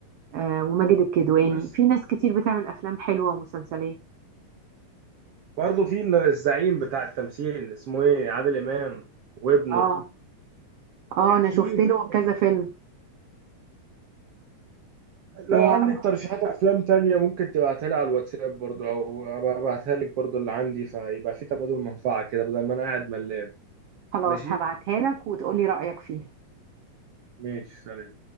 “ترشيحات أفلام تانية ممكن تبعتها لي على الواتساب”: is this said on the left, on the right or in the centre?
Right